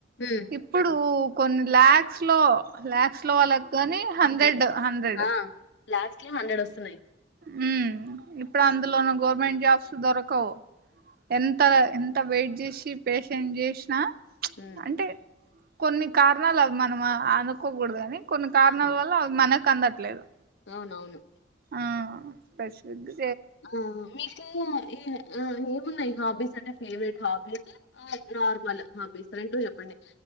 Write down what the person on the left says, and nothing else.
ఉమ్
ఆ లాక్స్ లో హండ్రెడ్ వస్తున్నాయి
ఉమ్
అవును
అవునవును
ఆ మీకు ఈ ఆ ఏమున్నాయి హాబీస్ అంటే ఫేవరెట్ హాబీస్ ఆ నార్మల్ హాబీస్ రెండు చెప్పండి